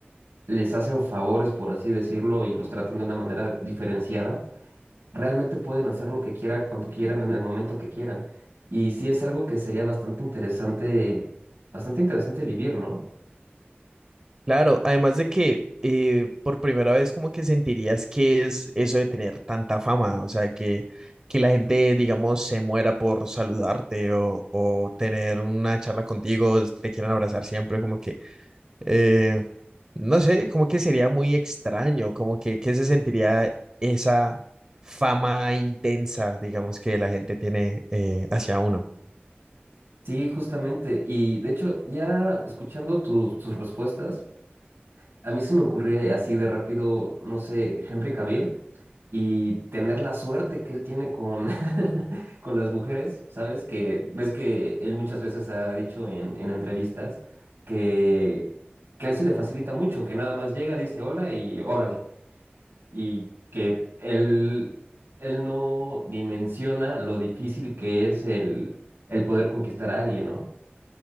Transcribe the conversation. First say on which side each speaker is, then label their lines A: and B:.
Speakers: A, on the right; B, on the right.
A: les hacen favores, por así decirlo, y los tratan de una manera diferenciada realmente pueden hacer lo que quieran, cuando quieran, en el momento que quieran. Y sí es algo que sería bastante interesante, bastante interesante vivir, ¿no?
B: Claro, además de que eh, por primera vez como que sentirías que es eso de tener tanta fama, o sea, que, que la gente, digamos, se muera por saludarte o, o tener una charla contigo, te quieran abrazar siempre, como que, eh, no sé, como que sería muy extraño, como que, que se sentiría esa fama intensa, digamos, que la gente tiene eh, hacia uno.
A: Sí, justamente. Y de hecho, ya escuchando tu- tus respuestas, a mí se me ocurrió así de rápido, no sé, Henry Cavill y tener la suerte que él tiene con, <laughs> con las mujeres, ¿sabes? Que ves que él muchas veces ha dicho en, en entrevistas que, que a él se le facilita mucho, que nada más llega, dice hola y órale. y que él, él no dimensiona lo difícil que es el, el poder conquistar a alguien, ¿no?